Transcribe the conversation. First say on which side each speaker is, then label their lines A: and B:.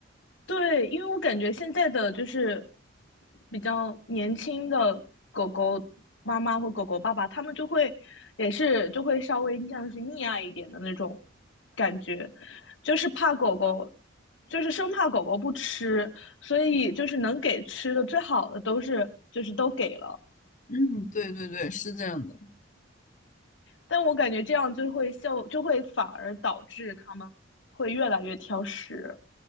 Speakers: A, on the left (about 75°); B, on the left (about 40°).
A: 对，因为我感觉现在的就是比较年轻的狗狗妈妈或狗狗爸爸，他们就会也是就会稍微像是溺爱一点的那种感觉，就是怕狗狗，就是生怕狗狗不吃，所以就是能给吃的最好的都是就是都给了。
B: 嗯，对对对，是这样的。
A: 但我感觉这样就会效，就会反而导致他们会越来越挑食。